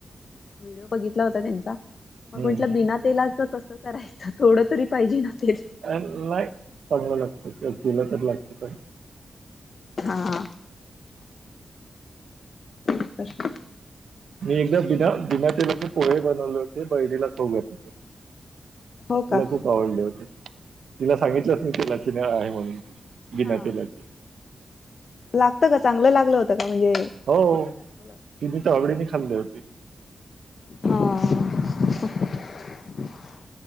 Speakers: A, on the left; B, on the right.
A: व्हिडिओ बघितला होता त्यांचा मग
B: हं.
A: म्हटलं बिना तेलाच कस करायचं थोडं तरी पाहिजे ना तेल.
B: अ नाही चांगलं लागत केला तर लागत च
A: हा प्रशन
B: मी एकदा बिना बिना तेलाचे पोहे बनवले होते बहिणीला खाऊ घातले.
A: हो
B: तिला
A: का
B: खूप आवडले होते तिला सांगितलंच नाही तेलाचे नाही आहे म्हणून बिना
A: हा
B: तेलाचे.
A: लागतं का चांगलं लागलं होतं का म्हणजे.
B: हो
A: होतं का चांगलं
B: तिने तर आवडीने खाल्ले होते.
A: हो.